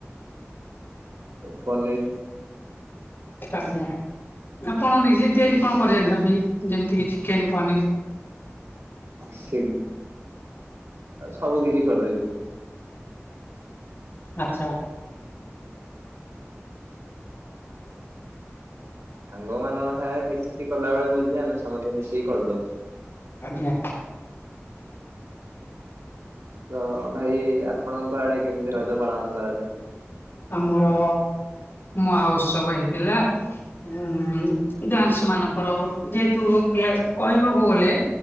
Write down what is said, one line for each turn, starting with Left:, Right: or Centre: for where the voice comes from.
Right: ପନିର୍।
Left: ଆଜ୍ଞା। ଆପଣ ନିଜେ ତିଆରି କଣ କରି ଜାଣିଛନ୍ତି? ଯେମତି କିି ଚିକେନ, ପନିର।
Right: ସେଗ ସବୁ କିଛି କରିଦେବି।
Left: ଆଚ୍ଛା।
Right: ସାଙ୍ଗମାନଙ୍କ ସାଙ୍ଗରେ ମିଶିକି କଲାବେଳେ ଭୋଜି, ଆମେ ସମସ୍ତେ ମିଶିକି କରିଦଉ।
Left: ଆଜ୍ଞା।
Right: ତ ଭାଇ, ଆପଣଙ୍କ ଆଡେ କେମିତି ରଜ ପାଳନ କରାଯାଏ?
Left: ଆମର ମହାଉତ୍ସବ ହେଇଥିଲା। ଉଁ ହୁଁ, ଗାର୍ଲ୍ସ ମାନଙ୍କର ଯେହେତୁ କ୍ଲି କହିବାକୁ ଗଲେ